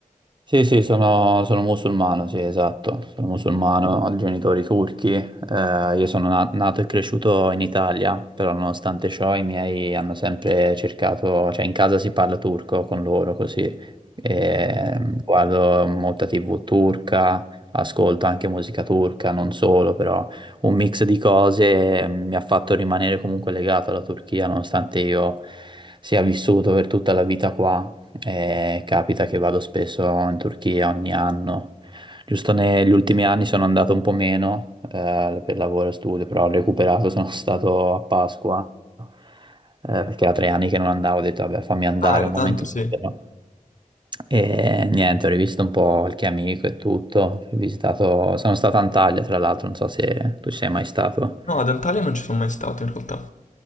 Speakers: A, on the right; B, on the left.
A: Sì, sì, sono, sono musulmano, sì, esatto, sono musulmano, ho genitori turchi, eh, io sono na- nato e cresciuto in Italia, però nonostante ciò i miei hanno sempre cercato, cioè in casa si parla turco con loro così, e, mm, guardo molta TV turca, ascolto anche musica turca, non solo, però un mix di cose mm, mi ha fatto rimanere comunque legato alla Turchia, nonostante io sia vissuto per tutta la vita qua. E capita che vado spesso in Turchia ogni anno. Giusto negli ultimi anni sono andato un po' meno eh, per lavoro e studio, però ho recuperato, <laughs> sono stato a Pasqua, eh, perché era tre anni che non andavo, ho detto vabbè fammi andare
B: Ah, era
A: un
B: tanto,
A: momento
B: sì.
A: libero. E niente, ho rivisto un po' qualche amico e tutto, ho visitato, sono stato a Antalya tra l'altro, non so se tu ci sei mai stato.
B: No, ad Antalya non ci sono mai stato in realtà.